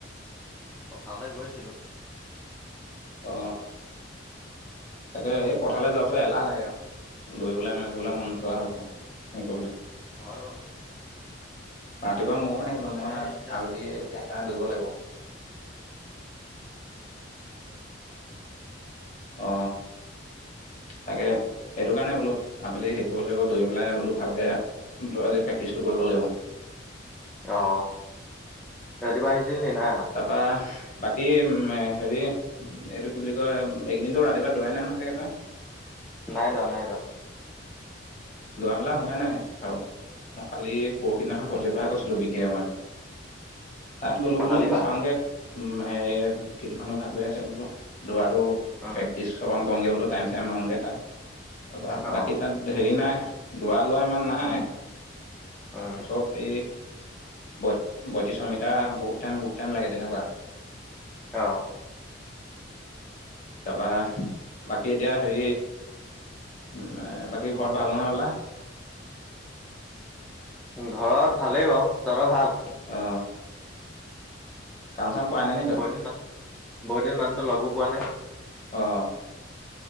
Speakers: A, in the centre; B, on the left (about 40°).
A: পথাৰলৈ গৈছিলোঁ।
B: অ। তাকে এই পথাৰলে যাৱাৰ পিছত এলাহ লাগে ও, দৌৰিবলৈ মেলিবলৈ মন
A: উম,
B: নোযোৱা হৈ গ সেই ক'বলে
A: হয় বাৰু সেইটো।
B: ৰাতিপুৱা ময়ো
A: দিনটো
B: নাহিলো,
A: মানে
B: মই
A: সেই এতিয়া
B: আবেলি এতিয়া সেইকাৰণে দৌৰিব লাগিব। অ। তাকে সেইটো কাৰণে বোলো, আবেলি শেকিব লাগিব দৰি পেলাই বোলো। ভালকে বোলো আজি প্ৰেক্টিটো কৰিব লাগিব।
A: অ ৰাতিপুৱা আহিছিল নি, নাই আহা?
B: তাৰপা বাকী উম হেৰি এইটো কি বুলি কয়, একদিনতো ৰাতিপুৱা দৌৰাই নহয় চাগে তই?
A: নাই দোৰা, নাই দোৰা।
B: দৰা-মেলা হোৱাই নাই আৰু, মই কালি পৰোখি দিনাখন পদূলিৰ পৰাে গৈছিলো বিকে মই। তাত গ'লো
A: পথালি
B: বোলো এনেই
A: পাহাৰ
B: চাওঁগে উ এ ফিল্ডখনো ভাল হৈ আছে বোলো, দোৰটো
A: উম
B: প্ৰেক্টিচ <unintelligible> বোলো টাইম-চাইম মাৰংগে তাত, তাৰপৰা
A: অ
B: বাকী তাত হেৰি নাই দৰা লোৱা ইমান নাই
A: উম উম
B: চব এই ব বয়ত্ৰিশ মিটাৰ বহুত টাইম বহুত টাইম লাগে তেনেকুৱা।
A: অ।
B: তাৰাপা বাকী এতিয়া হেৰি উ বাকী ঘৰত ভাল নহয় বোলা?
A: ঘৰত ভালেই বাৰু। তহঁতৰ ভাল?
B: অ। কাম-চাম কৰাই নাই ন
A: বহুতদিন, বহুত দিন মানুহতো লগো পোৱা নাই।
B: অ'।